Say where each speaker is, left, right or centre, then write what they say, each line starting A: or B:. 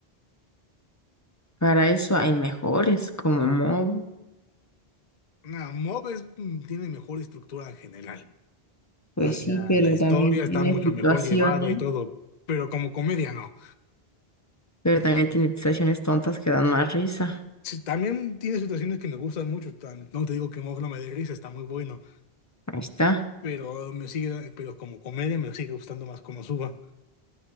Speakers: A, on the left (about 20°); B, on the left (about 50°).
A: para eso hay mejores como Mob.
B: No, Mob es- mm, tiene mejor estructura en general.
A: Pues
B: O sea,
A: sí, pero
B: la historia
A: también tiene
B: está mucho
A: situaciones,
B: mejor llevada y todo, pero como comedia no.
A: pero también tiene situaciones tontas que dan más risa.
B: Sí, también tiene situaciones que me gustan mucho. tam- No te digo que Mob no me dé risa, está muy bueno.
A: Ahí está.
B: Pero me sigue, pero como comedia me sigue gustando más Konosuba.